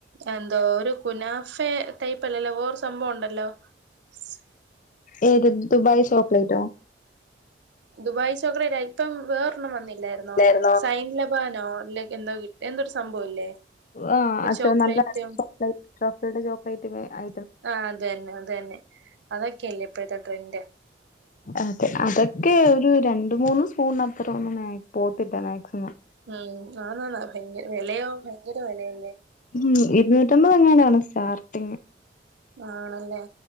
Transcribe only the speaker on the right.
എന്തോ ഒരു കുനാഫെ ടൈപ്പ് അല്ലല്ലോ, വേറൊരു സംഭവം ഒണ്ടല്ലോ? <unintelligible>
ദുബായ് ചോക്ക്ളയ്റ്റ്‌ ഇപ്പം വേറെ ഒന്നും വന്നില്ലായിരുന്നോ
സൈനില വാനോ അല്ലെ എന്തോ എന്തൊരു സംഭവം ഇല്ലേ
ഒരു
ചോക്ലേറ്റും
ആഹ് അതന്നെ അതന്നെ അതൊക്കെയല്ലേ ഇപ്പോഴത്തെ ട്രെൻഡ്
ഉം ആന്നന്നാ വിലയോ ഭയങ്കര വിലയല്ലേ
ആണല്ലേ